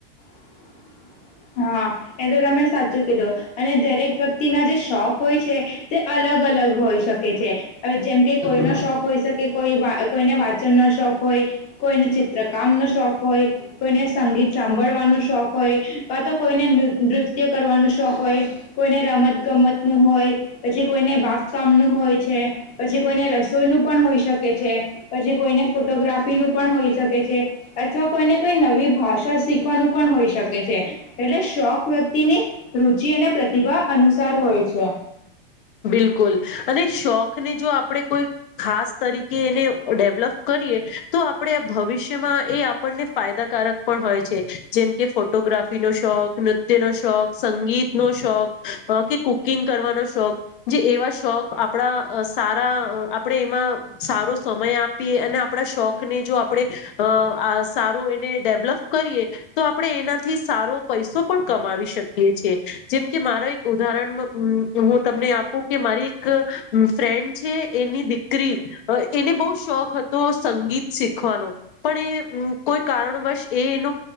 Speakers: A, on the left (about 25°); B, on the left (about 60°).
A: <unintelligible> હા, એ તો તમે સાચું કીધું અને દરેક વ્યક્તિના જે શોખ હોય છે, તે અલગ, અલગ અલગ હોઈ શકે છે, હવે જેમ કે કોઈનો શોખ હોઈ, શકે કોઈ કોઈને વાંચનનો શોખ હોય કોઈને ચિત્રકામ નો શોખ હોય, કોઈને સંગીત સાંભળવાનો શોખ હોય તો કોઈને નૃત્ય કરવાનો શોખ હોય, કોઈને રમત ગમત નું હોય, પછી કોઈને બા કામ નું હોય છે, પછી કોઈને રસોઈ નું પણ હોઈ શકે છે. પછી કોઈને ફોટોગ્રાફી નું પણ હોઈ શકે છે, અથવા કોઈને કોઈ નવી ભાષા શીખવાનું પણ હોઈ શકે છે. એટલે શોખ વ્યક્તિની રુચિ અને પ્રતિભા અનુસાર હોય છે.
B: બિલકુલ અને શોખને જો આપણે કોઈ, ખાસ તરીકે એને ડેવલપ કરી આપ ભવિષ્યમાં એ આપણને ફાયદાકારક પણ હોય છે, જેમ કે ફોટોગ્રાફીનો શોખ નૃત્ય, નો શોખ સંગીત નો શોખ કે કુકિંગ કરવાનો શોખ જે એવા શોખ આપણા સારા આપણેે, એમાં સારો સમય આપીએ અને આપણે. શોખ ને જો આપણે, સારું એને ડેવલપ કરીએ તો આપણે એનાથી પ પણ કમા શકી જેમકે મારા એક ઉદાહરણ હું, તમને કે મારી એક ફ્રેન્ડ છે, એની દીકરી એને બહ શોખ હતો. સંગીત શીખવાનો પણ એ કોઈ કારણવશ એનો